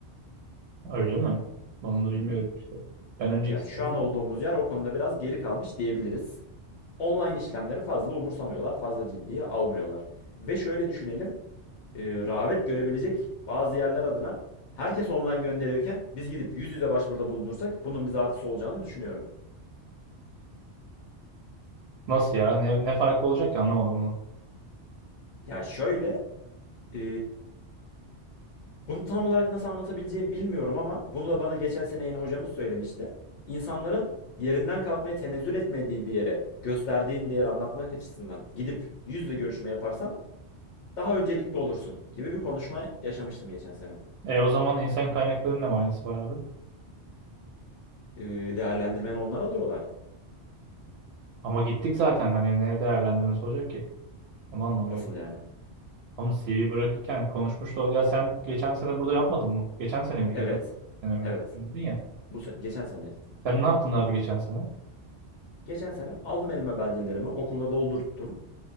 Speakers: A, on the right; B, on the left.
A: Öyle mi? Bana da bilmiyorum
B: Hı hı.
A: işte. Ben
B: Evet
A: önceki
B: yani
A: stajımı...
B: şu an olduğumuz yer o konuda biraz geri kalmış diyebiliriz. Online işlemleri fazla umursamıyorlar, fazla ciddiye almıyorlar. Ve şöyle düşünelim, e, rağbet görebilecek bazı yerler adına herkes online gönderiyorken biz gidip yüz yüze başvuruda bulunursak bunun bize artısı olacağını düşünüyorum.
A: Nasıl ya? Ne, ne farkı olacak ki anlamadım onu.
B: Ya şöyle, e, Bunu tam olarak nasıl anlatabileceğimi bilmiyorum ama bunu da bana geçen sene yine hocamız söylemişti. İnsanların yerinden kalkmaya tenezzül etmediği bir yere gösterdiğin değeri anlatmak açısından gidip yüzle görüşme yaparsan daha öncelikli olursun gibi bir konuşma yaşamıştım geçen sene.
A: E o zaman insan kaynaklarının ne manası var abi?
B: Ee, değerlendirmeni onlar alıyorlar.
A: Ama gittik zaten hani ne değerlendirmesi olacak ki? Onu anlamıyorum.
B: Nasıl yani?
A: Oğlum CV bırakırken konuşmuştu. Ya sen geçen sene burada yapmadın mı? Geçen sene miydi?
B: Evet.
A: Ge- Sene mi?
B: Evet.
A: Öyle Dedin ya.
B: Bu se- geçen sene.
A: Sen ne yaptın abi geçen sene?
B: Geçen sene aldım elime belgelerimi, okulda doldurttum.